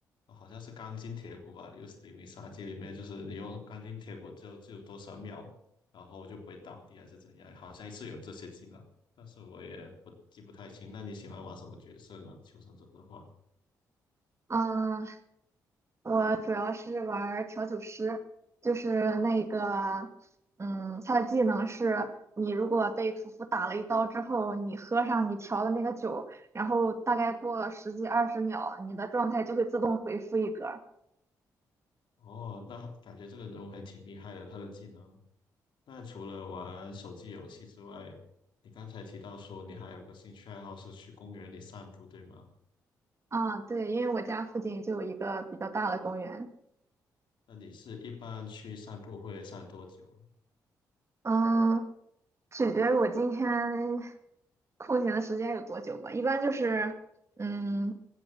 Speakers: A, on the left (about 65°); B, on the right (about 30°).
A: 哦好像是钢筋铁骨吧，又是零零杀机里面，就是你用钢筋铁骨只有只有多少秒，然后就不会倒地还是怎样，好像是有这些技能，但是我也不记不太清。那你喜欢玩什么角色呢？求生者的话。
B: 嗯，我主要是玩调酒师，就是那个嗯，他的技能是。你如果被屠夫打了一刀之后，你喝上你调的那个酒，然后大概过了十几二十秒，你的状态就会自动回复一格。
A: 哦，那感觉这个人物还挺厉害的，他的技能。那除了玩手机游戏之外，你刚才提到说你还有个兴趣爱好是去公园里散步，对吗？
B: 啊，对，因为我家附近就有一个比较大的公园，
A: 那你是一般去散步会散多久啊？
B: 嗯，取决于我今天空闲的时间有多久吧。一般就是，嗯，